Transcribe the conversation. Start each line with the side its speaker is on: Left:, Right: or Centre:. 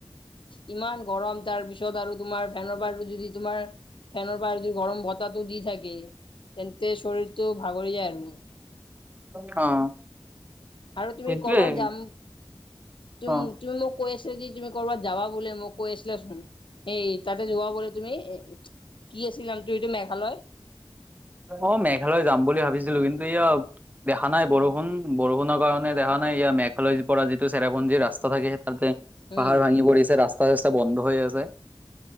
Left: ইমান গৰম তাৰ পিছত আৰু তোমাৰ ফেনৰ পৰাটো যদি তোমাৰ ফেনৰ যদি গৰম বতাহটো দি থাকে তেন্তে শৰীৰটো ভাগৰি যায় আৰু মোৰ
Right: অ',
Left: আৰু তুমি
Right: সেইটোৱেই
Left: কৰ'বাত যাম। তুম
Right: অ
Left: - তুমি মোক কৈ আছিলা যে তুমি কৰ'বাত যাবা বোলে মোক কৈ আছিলাচোন। সেই তাতে যোৱা বলে তুমি কি আছিল নামটো এইটো মেঘালয়
Right: অ, মেঘালয় যাম বুলি ভাবিছিলো কিন্তু এয়া দেখা নাই বৰষুণ বৰষুণৰ কাৰণে দেখা নাই ইয়াৰ মেঘালয় পৰা যিটো চেৰাপঞ্জী ৰাস্তা থাকে সেইটো তাতে
Left: উম।
Right: পাহাৰ ভাঙি পৰিছে ৰাস্তা চাষ্টা বন্ধ হৈ আছে।